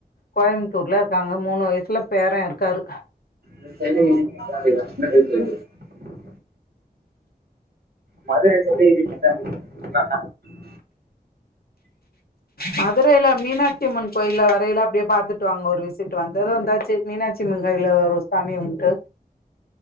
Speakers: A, on the left; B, on the right.
A: கோயம்புத்தூர்ல இருக்காங்க மூணு வயசுல பேர இருக்காரு
B: <unintelligible> மதுரை <unintelligible>
A: மதுரையில மீனாட்சிம்மன் கோயில்ல வறைல அப்படியே பாத்துட்டு வாங்க ஒரு விசிட்டு வந்தது வந்தாச் மீனாட்சியம்மன் காயில்ல ஒரு சாமிய கும்ட்டு